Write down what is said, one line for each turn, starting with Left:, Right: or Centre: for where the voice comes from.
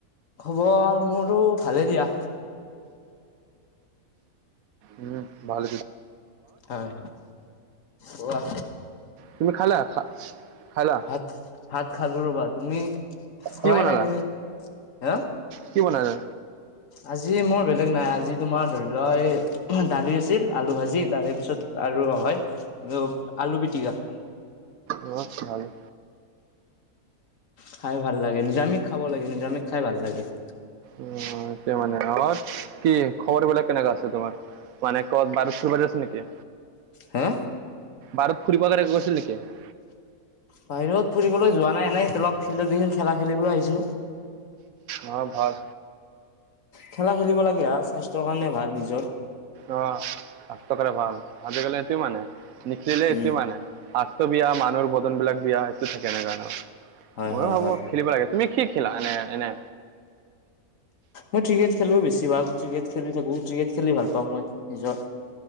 Left: খবৰ মোৰতো ভালেই দিয়া।
Right: উম, ভাল।
Left: হয়। কোৱা
Right: তুমি খালা। খালা
Left: ভাত - ভাত খালো ৰ'বা তুমি? খোৱাই
Right: কি বনালা,
Left: নাই তুমি হা
Right: কি বনালা?
Left: আজি মোৰ বেলেগ নাই, আজি তোমাৰ ধৰি লোৱা এই। দালি আছিল, আলু ভাজি তাৰে পিছত আৰু হয় আলু পিটিকা।
Right: উম ভালেই।
Left: খাই ভাল লাগে, নিৰামিষ খাব লাগে নিৰামিষ খাই ভাল লাগে।
Right: উম, তেনেকৈ মানে আৰু কি খবৰ বিলাক কেনেকা আছে তোমাৰ মানে কত বাৰু। ফ আছিল নেকি
Left: হা
Right: বাৰত ফুৰিব গ গৈছিল নেকি <unintelligible>
Left: বাহিৰত ফুৰিবলৈ যোৱা নাই, এনেই অলপ ফিল্ডত দেখি খেলা খেলিবলৈ আহিছো।
Right: অ' ভাল।
Left: খেলা খেলিব লাগে স্বাস্থ্যৰ কাৰণে ভাল নিজৰ।
Right: অ আঠ টকা এটা ভৰা হ'ল আজিকালি সেটো মানে নিখিলে
Left: উম
Right: এইটো মানে শাস্ত্ৰ বিয়া মানুহৰ বদনবিলাক বিয়া এইটো থাকে এনেকা ন,
Left: হয়
Right: মইয়ো
Left: হয়
Right: ভাবো
Left: হয়
Right: খেলিব লাগে। তুমি কি খিলা এনে এনে?
Left: মই ত্ৰিকেট খেলো বেছি ভাগ, ত্ৰিকেট খেলি থাকো, ত্ৰিকেট খেলি ভাল পাওঁ মই নিজৰ।